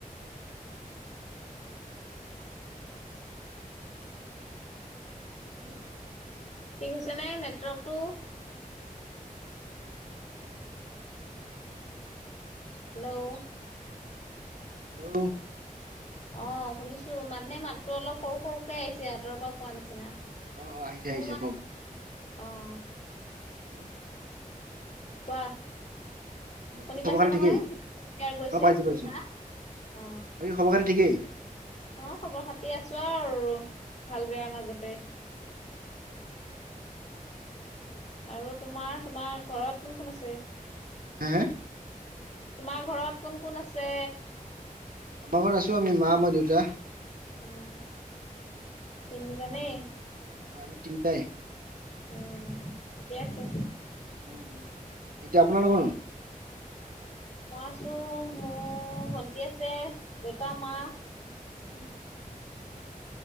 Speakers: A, on the right (about 75°); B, on the left (about 50°).
A: হেল্ল'
B: ঠিক হৈছে নে নেটৱৰ্কটো? হেল্ল'
A: হেল্ল' অ
B: অ শুনিছো মাত নে মাতটো অলপ সৰু সৰুকে আহিছে আঁতৰৰ পৰা কোৱা নিচিনা। মোৰ
A: অ আহিছে আহিছে
B: মাতটো
A: কওক
B: অ'
A: হেল্ল'
B: কোৱা।
A: বাকী
B: শুনি
A: খবৰ
B: পাইছা
A: খাতি
B: নহয়
A: ঠিকেই?
B: ক্লিয়াৰ গৈছে
A: অ পাইছো পাইছো।
B: হা
A: বাকী
B: অ
A: খবৰ-খাতী ঠিকেই?
B: অ খবৰ খাতি আছো আৰু, ভাল বেয়া মাজতে। <inaudible> আৰু তোমাৰ, তোমাৰ ঘৰত কোন কোন আছে?
A: হে হে?
B: তোমাৰ ঘৰত কোন কোন আছে?
A: আমাৰ ঘৰত আছো আমি মা, মই, দেউতা।
B: উম তিনিজনেই?
A: আমি তিনিটায়ে।
B: উম। ঠিকে আছে,
A: উম' এতিয়া আপোনালোকৰ নো
B: মই আছো, মোৰ ভন্টি আছে, দেউতা, মা।
A: উম'